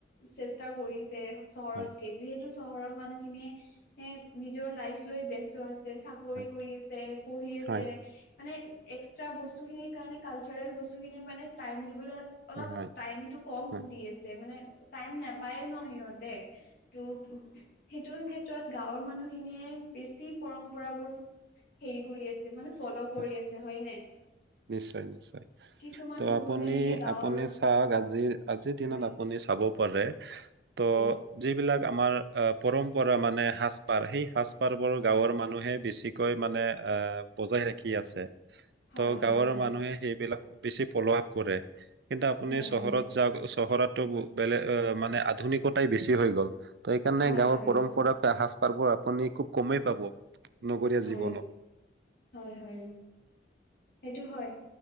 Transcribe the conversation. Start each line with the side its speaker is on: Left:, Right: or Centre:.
Left: চেষ্টা কৰিছে চহৰতকে
Right: হয়
Left: যিহেতু চহৰৰ মানুহ খিনিয়ে এ নিজৰ লাইফ লৈ বেস্ত আছে চা কৰি
Right: হয়
Left: কৰি আছে, পঢ়ি আছে
Right: হয়
Left: মানে এক্সট্ৰা বস্তুখিনিৰ কাৰনে কালচাৰেল বস তোখিনি মানে টাইম দিবলৈ অলপ
Right: হয়
Left: টাইমটো কম
Right: হয়
Left: দি আছে মানে টাইম নাপায়ে ন সিহঁতে তো সেইটোৰ ক্ষেত্ৰত গাওঁৰ মানুহখিনিয়ে বেছি পৰম্পৰাবোৰ হেৰি কৰি আছে মানে ফল' কৰি
Right: হয়
Left: আছে হয় নে?
Right: নিশ্চয় নিশ্চয়।
Left: কিছুমান
Right: ত'
Left: বহুত
Right: আপুনি
Left: এনেকে গাঁৱৰ
Right: আপুনি চাওঁক আজি আজিৰ দিনত
Left: হয়
Right: আপুনি চাব গ'লে ত
Left: হয়
Right: যিবিলাক আমাৰ আ পৰম্পৰা মানে সাজ - পাৰ সেই সাজ - পাৰবোৰ
Left: হয়
Right: গাওঁৰ মানুহে বেছিক কৈ মানে আ বজাই ৰা ছে,
Left: হয়
Right: ত গাওঁৰ
Left: হয় হয়
Right: মানুহে সেইবিলাক বেছি ফল' আপ কৰে। কিন্তু আপুনি
Left: হয়
Right: চহৰত
Left: হয়
Right: যাওঁক, চহৰত ত ব বেলেগ এ মানে আধুনিকতাই বেছি হৈ গ'ল ত সেইকাৰণে
Left: হয়
Right: গাঁওৰ
Left: হয় হয়
Right: পৰম্পৰা বা সাজ পাৰবোৰ আপুনি খুব কমেই পাব নগৰীয়া
Left: হয়
Right: জীৱনত।
Left: হয় হয়। সেইটো হয়